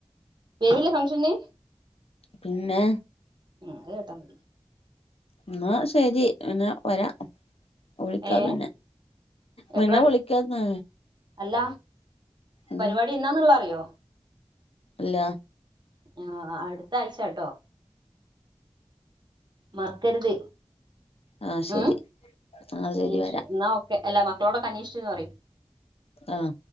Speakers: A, on the right; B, on the left.
A: വേരില്ല ഫങ്ഷന്
B: പിന്നെ
A: ഉം അത് കേട്ടാൽ മതി
B: എന്നാ ശരി എന്നാ വരാ വിളിക്കാ
A: ഏ
B: പിന്നെ പിന്നെ
A: എപ്പള
B: വിളിക്കാന്നാ
A: അല്ല
B: ഉം
A: പരിപാടി എന്താന്നുള്ള അറിയോ
B: ഇല്ല
A: ആ അടുത്ത ആഴ്ചാട്ടോ മറക്കരുത്
B: ആഹ് ശരി
A: ഉം
B: ആഹ് ശരി
A: എന്നാ
B: വരാ
A: ഓക്കെ അല്ലാ മക്കളോടൊക്കെ അന്വേഷിച്ചന്ന് പറയ്
B: ആഹ്